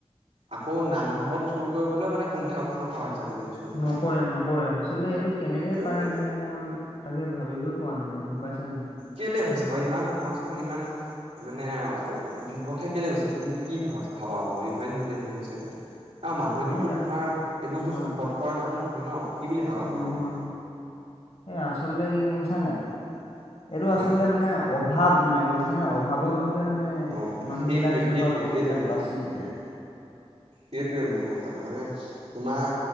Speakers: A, on the right (about 85°); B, on the left (about 65°).
A: আকৌ নামঘৰত চোৰ কৰিবলৈ মানে কুণ্ঠাবোধ নকৰা হৈছে আজিকালি। চুৰবিলাকে।
B: নকৰে, নকৰে আচলতে এইটো কেনেকে
A: এইটো
B: পাৰেনো, তাকে ভাবিবই পোৱা নাই গ'ম পাইছ নাই।
A: কেলৈ হৈছে বাৰু ইমান সমাজখন ইমান মানে আৰু বিপথে কেলৈ গৈছে, তুমি কি ভাবা ভাবা বাৰু ইমান হেৰি হৈছে যে? আৰু মানুহেটো
B: এয়া
A: তোমাৰ এইবোৰ
B: হয়
A: চখত
B: হয়
A: কৰা কামো নহয় ন? কি বুলি ভাবা বাৰু
B: নহয়,
A: তুমি
B: এইয়া আচলতে কি গ'ম পাইছে নাই, এইটো
A: হা
B: আচলতে মানে। অভাৱ মানে গ'ম পাইছানে অভাৱৰ যহত এতিয়া মানে,
A: অ
B: মানুহবিলাক
A: সেইটোৱে
B: এনেকুৱা
A: সেইটোৱে
B: পথ
A: সেইটোৱে
B: বিলাক
A: মোৰ
B: বাচি উলিয়ায়।
A: সেইটোৱে মোৰ কথাটো মানে তোমাৰ